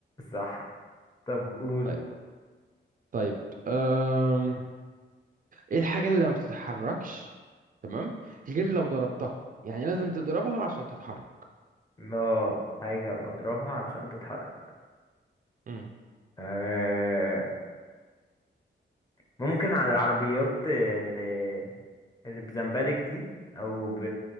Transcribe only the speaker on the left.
صح طب قول
لا حاجة بضربها علشان تتحرك
آه ممكن على العربيات اللي, اللي بزمبرك دي أو ب...